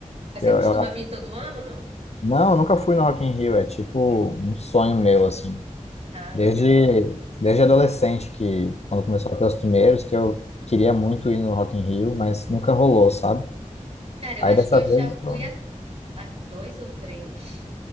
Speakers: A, on the right; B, on the left.
A: Mas
B: Eu,
A: você costuma
B: eu-
A: vir todo ano, ou não?
B: não, eu nunca fui no Rock in Rio, é tipo um sonho meu, assim.
A: Ah,
B: Desde,
A: legal.
B: desde adolescente, que quando começou a ter os primeiros, que eu queria muito ir no Rock in Rio, mas nunca rolou, sabe?
A: Cara, eu
B: Aí
A: acho
B: dessa
A: que eu já
B: vez, eu tô-
A: fui a, a dois ou três.